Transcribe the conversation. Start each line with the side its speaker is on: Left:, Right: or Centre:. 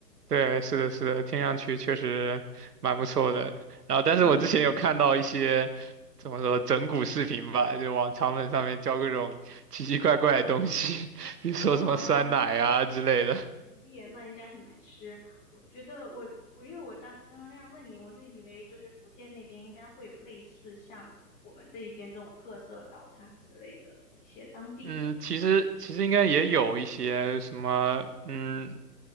Right: 对，是的，是的，听上去确实蛮不错的。然后，但是我之前有看到一些怎么说整蛊视频吧，
Left: 嗯。
Right: 就往肠粉上面浇各种奇奇怪怪的东西，<laughs> 比如说什么酸奶啊之类的。
Left: 啊，耶，那应该很难吃。我觉得我我因为我当刚刚那样问你，我是以为就是福建那边应该会有类似像我们这一边这种特色早餐之类的一些当地的，
Right: 嗯，其实其实应该也有一些什么，嗯，